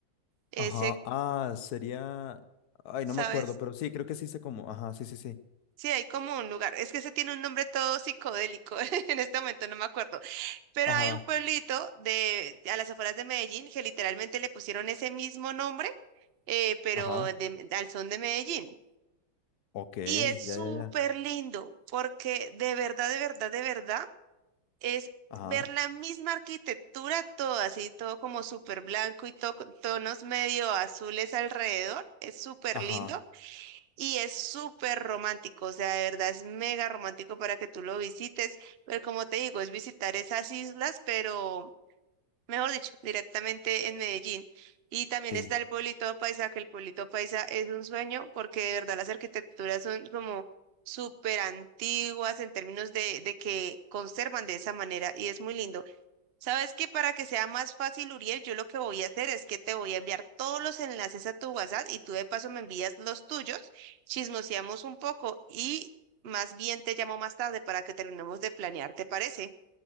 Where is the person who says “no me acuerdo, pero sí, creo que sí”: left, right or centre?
Left